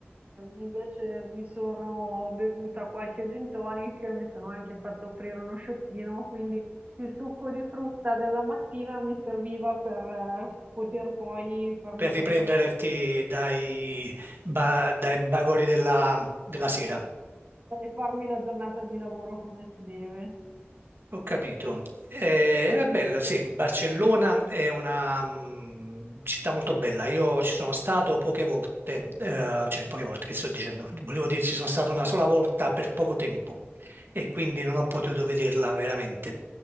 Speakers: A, on the right (about 35°); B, on the right (about 55°).
A: invece mi sono bevuta qualche gin tonic, mi sono anche fatto offrire uno sciottino, quindi il succo di frutta della mattina mi serviva per eh, poter poi farmi
B: per
A: la
B: riprenderti
A: giornata,
B: dai, ba- dai bagori della, della sera.
A: per farmi la giornata di lavoro come si deve.
B: Ho capito. Eh, è bella, sì, Barcellona è una mm, città molto bella. Io ci sono stato poche volte, eh, cioè poche volte che sto dicendo, volevo dire ci sono stato una sola volta per poco tempo e quindi non ho potuto vederla veramente.